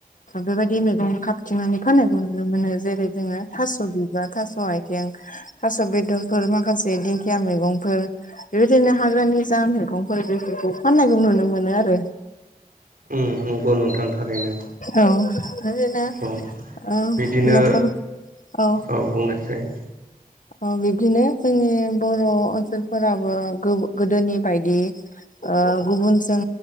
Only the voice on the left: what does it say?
बेबायदि मैगं खाबथिंनानै फाननायखौ नुनो मोनो जेरै जोङो थास' बिबार थास'हाय थिं थास' बेदरफोर माखासे दिंखिया मैगंफोर बेबायदिनो हाग्रानि जा मैगंफोर बेफोरखौ फान्नायखौ नुनो मोनो आरो।
औ ओरैनो
ओ
न'खर औ।
ओ बिदिनो जोंनि बर' ओनसोलफोराबो गो-गोदोनि बायदि ओ गुबुनजों